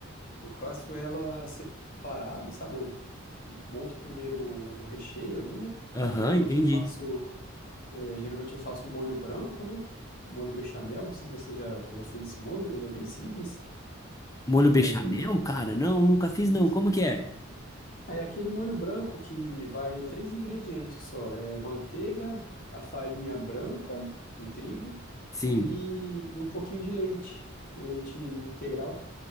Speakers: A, on the left (about 40°); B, on the left (about 15°).
A: Eu faço ela separada, sabe? Eu monto primeiro o o recheio ali, né?
B: Aham,
A: Geralmente
B: entendi.
A: eu faço, é, geralmente eu faço um molho branco, né? Um molho bechamel, não sei se você já, já fez esse molho, ele é bem simples.
B: Molho
A: É,
B: bechamel,
A: e depois
B: cara? Não, nunca fiz,
A: disso,
B: não. Como que é?
A: é aquele molho branco que vai três ingredientes só, é manteiga, a farinha branca de trigo
B: Sim.
A: e, e um pouquinho de leite, um leite integral.